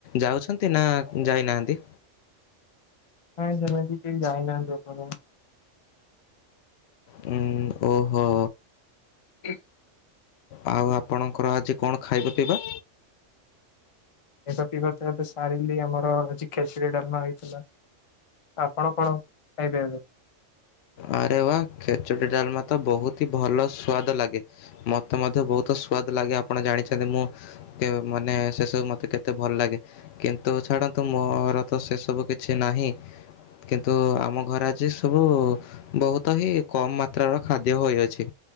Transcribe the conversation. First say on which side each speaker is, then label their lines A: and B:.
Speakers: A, on the left (about 60°); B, on the left (about 45°).
A: ଯାଉଛନ୍ତି ନା ଯାଇନାହାନ୍ତି।
B: ନାଇଁ ସେମିତି କେହି ଯାଇନାହାନ୍ତି ଏପର୍ଯ୍ୟନ୍ତ
A: ହୁଁ ଓହୋ।
B: <inaudible>
A: ଆଉ ଆପଣଙ୍କର ଆଜି କଣ ଖାଇବା ପିଇବା?
B: ଖାଇବା ପିଇବା ତ ଏବେ ସାରିଲି ଆମର ଆଜି ଖେଚିଡି ଡାଲମା ହେଇଥିଲା। ଆପଣ କଣ ଖାଇବେ ଏବେ?
A: ଆରେ ବା ଖେଚୁଡି ଡାଲମା ତ ବୋହୁତି ଭଲ ସୁଆଦ ଲାଗେ ମତେ ମଧ୍ୟ ବହୁତ ସୁଆଦ ଲାଗେ ଆପଣ ଜାଣିଛନ୍ତି ମୁଁ କେ ମାନେ ସେ ସବୁ ମତେ କେତେ ଭଲ ଲାଗେ କିନ୍ତୁ ଛାଡନ୍ତୁ ମୋର ତ ସେ ସବୁ କିଛି ନାହିଁ କିନ୍ତୁ ଆମ ଘରେ ଆଜି ସବୁ ବହୁତ ହିଁ କମ ମାତ୍ରାର ଖାଦ୍ୟ ହୋଇଅଛି